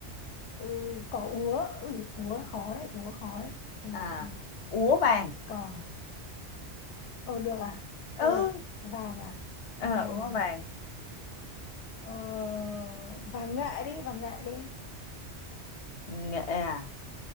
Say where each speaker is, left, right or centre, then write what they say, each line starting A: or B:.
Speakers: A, on the left (about 75°); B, on the left (about 50°).
A: ừ, cỏ úa Ui, úa khó đấy úa khó đấy không được
B: à
A: không được.
B: úa vàng
A: cỏ ờ được à
B: ừ
A: được vàng à
B: ờ,
A: vàng
B: úa
A: nhỉ
B: vàng
A: Ờ, và nghệ đi và nghệ đi
B: nghệ à,